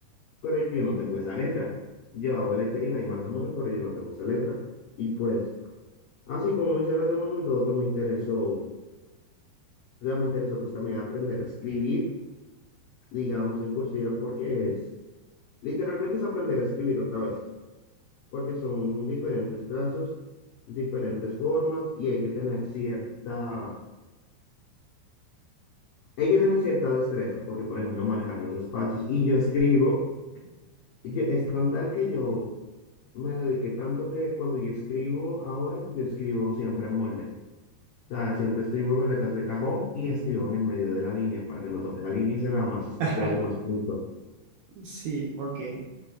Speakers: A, on the left; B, on the right.
A: pero yo no tengo esa letra. Yo hago lettering ahí más o menos, pero yo no tengo esa letra. Y pues, así como mencionas de un momento a otro, me interesó, o sea, me interesó pues también aprender a escribir, digamos, en cursiva, porque es, literalmente es aprender a escribir otra vez, porque son diferentes trazos, diferentes formas, y hay que tener cierta, hay que tener cierta destreza, porque por ejemplo, manejar los espacios, y yo escribo Yo, es con tal que yo me dediqué tanto que cuando yo escribo ahora, yo escribo siempre en molde. O sea, siempre escribo con letras de cajón y escribo en el medio de la línea para que no toque la línea y se vea más espaciado
B: <laughs>
A: y más punto.
B: Sí, ok.